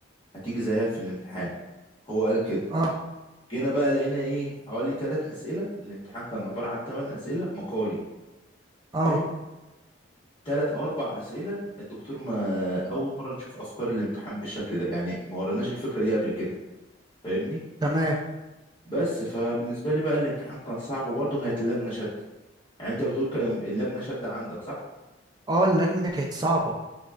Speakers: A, on the left; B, on the right.
A: هتيجي زيها في الامتحان هو قال كده
B: اه
A: جينا بقى لقينا ايه حوالي ثلاث اسئله الامتحان كان عباره عن ثمان اسئله مقالي
B: اه
A: حلو ثلاث او اربع اسئله الدكتور ما اول مره نشوف افكار الامتحان بالشكل ده يعني ما وريناش الفكره دي قبل كده فاهمني
B: تمام
A: بس فبالنسبه لي بقى الامتحان كان صعب وبرضه كانت اللجنه شاده يعني انت بتقول كان اللجنه شاده عندك صح
B: اه اللجنه كانت صعبه